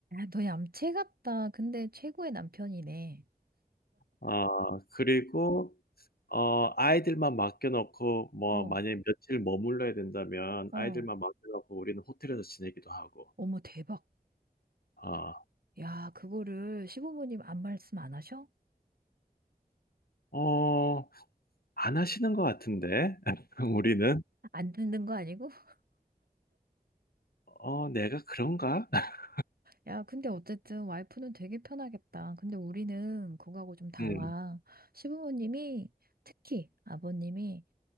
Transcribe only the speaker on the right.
너 얌체 같다. 근데 최고의 남편이네.
어,
어.
어머, 대박.
야, 그거를 시부모님 안 말씀 안 하셔?
안 듣는 거 아니고? <laughs>
야, 근데 어쨌든 와이프는 되게 편하겠다. 근데 우리는 그거하고 좀 달라.
시부모님이 특히 아버님이